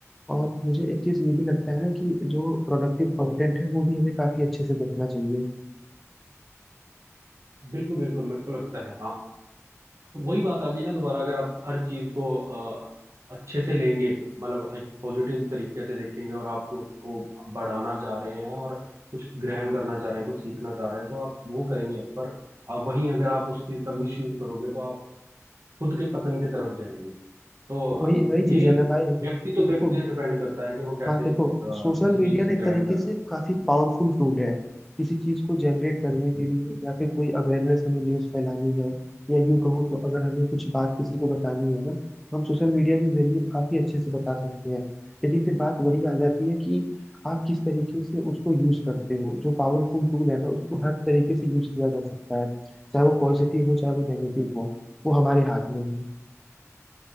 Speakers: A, in the centre; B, on the right.
A: और मुझे एक चीज़ ये भी लगता है ना कि जो प्रोडक्टिव कंटेंट है वो भी हमें काफी अच्छे से देखना चाहिए
B: बिल्कुल बिल्कुल मेरे को लगता है हाँ वही बात आ गई ना दोबारा अगर आप हर चीज को अ, अच्छे से लेंगे मतलब एक पॉजिटिव तरीके से देखेंगे और आपको उसको बढ़ाना चाह रहे हैं और कुछ ग्रहण करना चाह रहे हैं कुछ सीखना चाह रहे हैं तो आप वो करेंगे पर अ, वहीं अगर आप उस चीज का मिस यूज करोगे तो आप खुद के पतन की तरफ जाएंगे तो
A: तो
B: अ,
A: वही वही
B: ये
A: चीज़ है ना भाई कि
B: व्यक्ति तो
A: देखो
B: व्यक्ति डिपेंड करता है कि वो कैसे
A: हाँ देखो
B: अ, किसी
A: सोशल
B: चीज
A: मीडिया
B: से
A: ना एक
B: ग्रहण
A: तरीके
B: कर रहा
A: से काफी पावरफुल टूल है किसी चीज को जनरेट करने के लिए या फिर कोई अवेयरनेस हमें न्यूज फैलानी है या यूं कहूँ तो अगर हमें कुछ बात किसी को बतानी है ना तो हम सोशल मीडिया के जरिए काफी अच्छे से बता सकते हैं लेकिन फिर बात वही आ जाती है कि आप किस तरीके से उसको यूज करते हो जो पावरफुल टूल है ना उसको हर तरीके से यूज किया जा सकता है चाहे वो पॉजिटिव हो चाहे वो नेगेटिव हो वो हमारे हाथ में है